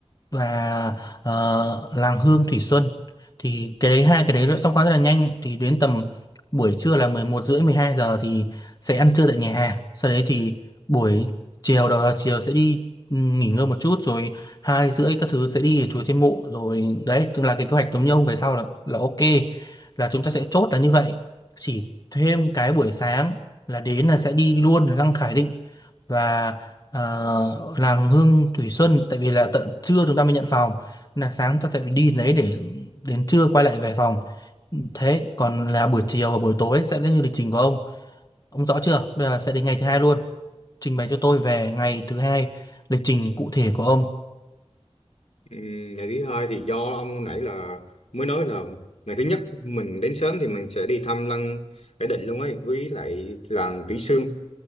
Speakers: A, on the left; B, on the left.
A: và ờ, Làng Hương Thủy Xuân thì cái đấy hai cái đấy đã xong qua rất là nhanh thì đến tầm buổi trưa là 11 rưỡi 12 giờ thì sẽ ăn trưa tại nhà hàng sau đấy thì buổi chiều đầu giờ chiều sẽ đi ừ, nghỉ ngơi một chút rồi hai rưỡi các thứ sẽ đi ở chùa Thiên Mụ rồi đấy tức là cái kế hoạch giống nhau về sau là là ok là chúng ta sẽ chốt là như vậy chỉ thêm cái buổi sáng là đến là sẽ đi luôn Lăng Khải Định và à, làng Hương Thủy Xuân tại vì là tận trưa chúng ta mới nhận phòng là sáng ta sẽ phải đi đến đấy để đến trưa quay lại về phòng thế còn là buổi chiều và buổi tối sẽ đến như lịch trình của ông ông rõ chưa bây giờ sẽ đến ngày thứ hai luôn trình bày cho tôi về ngày thứ hai lịch trình cụ thể của ông
B: Ừm, ngày thứ hai thì do ông hồi nãy là mới nói là ngày thứ nhất mình đến sớm thì mình sẽ đi thăm lăng Khải Định luôn ấy với lại làng Kỹ Xương